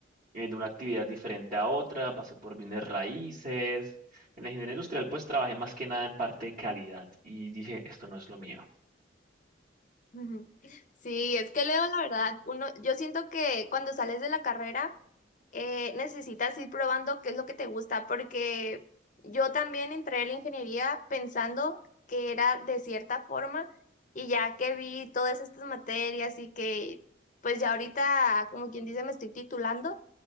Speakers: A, on the right; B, on the left.
A: eh, de una actividad diferente a otra, pasé por bienes raíces. En la ingeniería industrial, pues trabajé más que nada en parte de calidad y dije, esto no es lo mío.
B: Ujú. Sí, es que Leo, la verdad, uno, yo siento que cuando sales de la carrera eh, necesitas ir probando qué es lo que te gusta, porque yo también entré a la ingeniería pensando que era de cierta forma y ya que vi todas estas materias y que pues ya ahorita, como quien dice, me estoy titulando,